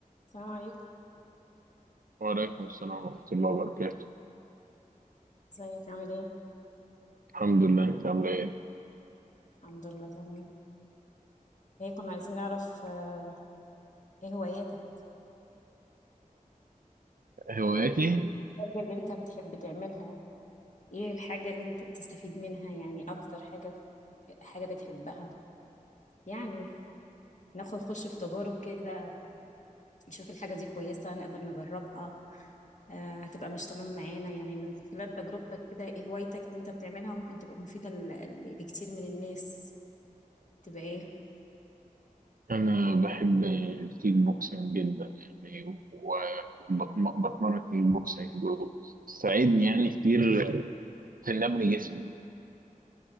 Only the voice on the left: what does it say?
السلام عليكم
ازيك عامل ايه
الحمد لله تمام ايه كنا عايزين نعرف آه، ايه هواياتك
ايه الحاجة اللي انت بتحب تعملها ايه الحاجة اللي انت بتستفيد منها يعني اكتر حاجة حاجة بتحبها يعني ناخد خش في تجارب كده نشوف الحاجة دي كويسة نقدر نجربها آه هتبقى مش تمام معانا يعني من خلال تجربتك كده ايه هوايتك اللي انت بتعملها ممكن تبقى مفيدة ل- لكتير من الناس تبقى ايه